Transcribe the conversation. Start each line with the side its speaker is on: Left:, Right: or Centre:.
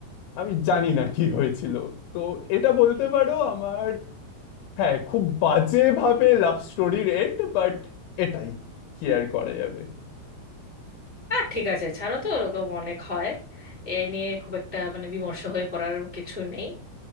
Left: আমি জানি না কি হয়েছিল তো এটা বলতে পারো আমার হ্যাঁ খুব বাজেভাবে লাভ স্টোরির এন্ড বাট এটাই কি আর করা যাবে
Centre: আর ঠিক আছে ছাড়ো তো ওরকম অনেক হয় এ নিয়ে খুব একটা মানে বিমর্ষ হয়ে পড়ার কিছু নেই